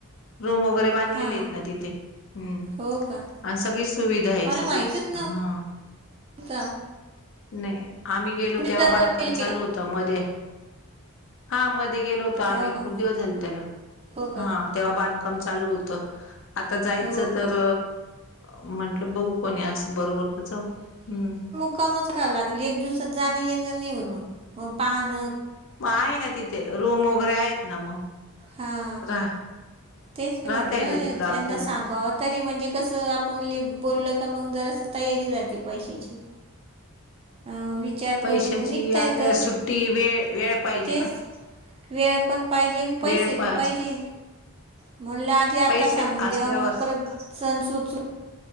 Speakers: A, on the left; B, on the right.
A: रूम वगैरे बांधलेले
B: हा
A: आहेत ना तिथे हम्म.
B: हो का?
A: आणि सगळी सुविधा आहे
B: मला
A: सगळी
B: माहितीच
A: हा
B: नव्हतं.
A: नाही आम्ही गेलो
B: तुम्ही
A: तेव्हा बांधकाम चालू होत मध्ये हा मध्ये गेलो होतो. आम्ही
B: हो का
A: खूप दिवस झाल त्याला.
B: हो का
A: हा तेव्हा बांधकाम चालू होतं आता जायचं
B: हो
A: तर
B: का.
A: म्हटलं बघू कोणी असंल् बरोबर तर जाऊ हम्
B: कमच राहां लागेल एक दिवसात जाणं येणं नाही होत मग मग पाहन
A: मग आहे ना तिथे रूम वगैरे आहेत ना मग
B: हां
A: राह
B: तेच न
A: राहता
B: म्हटलं
A: येतं तिकडं आपल्याला
B: याना सांगाव् तरी म्हणजे कसं आपण बोलल का मग जरास तयारी राह पैशाची अ विचार
A: पैशाची
B: करून मग निघता
A: आपल्याला
B: येत
A: सुट्टी वेळ वेळ पाहिजे
B: तेच
A: ना
B: वेळ पण पाहिजे आणि पैसे
A: वेळ
B: बी
A: पा
B: पाहिजे
A: असला
B: म्हण त
A: पैसे
B: आता सांगून
A: असल्यावर
B: देवा मग परत सन् सुद